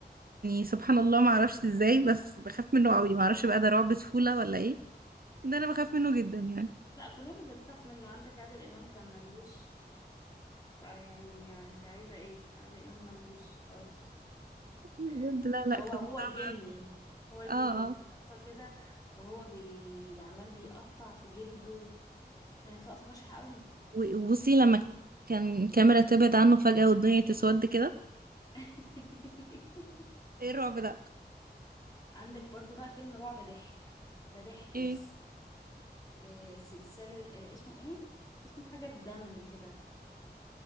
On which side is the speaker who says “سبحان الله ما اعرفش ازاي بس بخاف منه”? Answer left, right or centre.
Right